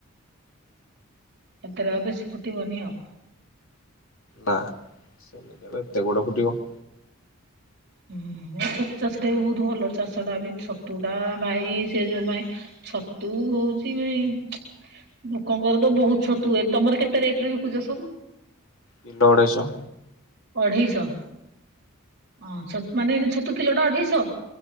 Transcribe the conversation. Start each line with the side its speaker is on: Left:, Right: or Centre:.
Right: ଏତିରେ ଆଉ ବେଶୀ ଫୁଟିବନି ଆଉ।
Left: ନା, ସେମିତି ଆଉ ଏତେ କୁଆଡ଼େ ଫୁଟିବ।
Right: ହୁଁ ଏ ଛତୁ ଚାଷଟା ବି ବହୁତ ଭଲ ଚାଷ ଟା ବି ଛତୁ ଟା ଭାଇ ସେ ଯୋଉ ଭାଇ ଛତୁ ହୋଉଚି ଏଇ ଲୋକଙ୍କର ତ ବହୁତ୍ ଛତୁ ହୁଏ, ତମର କେତେ ରେଟ୍ ରେ ବିକୁଚ ସବୁ?
Left: କିଲ ଅଢ଼େଇ ଶହ।
Right: ଅଢ଼େଇଶହ? ହଁ ଛ ମାନେ ଏଇନା ଛତୁ କିଲଟା ଅଢେଇଶହ?